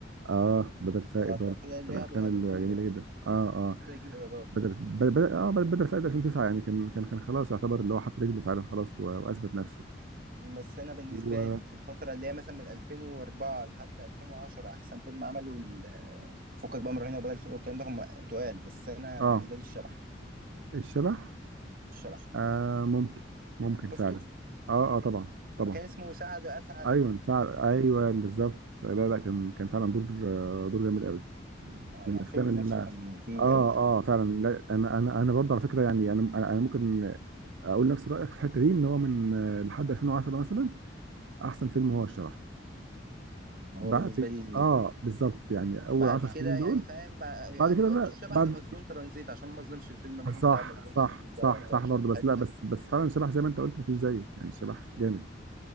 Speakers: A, on the right (about 80°); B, on the right (about 50°).
A: اه بدل فائد
B: خلاص
A: برضه
B: بقى ابتدى اللي
A: من
B: هي
A: الافلام
B: بقى
A: الجميله
B: بطوله
A: جدا اه اه
B: ابتدى يجيب ايرادات
A: بدل بدل بدل- اه بدل فائد 2009 يعني كان كان كان خلاص يعتبر اللي هو حط رجله فعلا خلاص و- واثبت نفسه
B: بس انا بالنسبه
A: و
B: لي في الفتره اللي هي مثلا من 2004 لحد 2010 احسن فيلم عمله ال- فكك بقى من رهينه وبدل الفضل والكلام ده هم تقال بس انا
A: اه
B: بالنسبه لي الشبح
A: الشبح
B: الشبح
A: آه ممكن ممكن فعلا
B: شفته
A: اه اه طبعا طبعا
B: لما كان اسمه سعد اسعد
A: ايوه فعلا ايوه بالظبط لا لا كان كان فعلا دور آه، دور جامد قوي
B: اه
A: من
B: يعني
A: الافلام
B: الفيلم
A: اللي
B: نفسه
A: انا
B: كان تقيل
A: اه
B: قوي
A: اه فعلا لا انا انا انا برضه على فكره يعني انا انا أنا ممكن اقول نفس رايك في الحته دي ان هو من آه، لحد 2010 مثلا احسن فيلم هو الشبح بعد
B: هو بالنسبه لي
A: اه بالظبط يعني اول
B: بعد
A: 10
B: كده
A: سنين دول
B: يعني فاهم بقى- يعني
A: بعد كده
B: برضو
A: لا
B: الشبح
A: بعد
B: ومسجون ترانزيت عشان ما اظلمش الفيلم
A: <clears throat>
B: مز- بتاع
A: صح
B: مسجون
A: صح
B: ترانزيت ده
A: صح
B: ده
A: صح
B: عشان
A: برضه بس
B: حلو
A: لا بس بس فعلا الشبح زي ما انت قلت مفيش زيه يعني الشبح جامد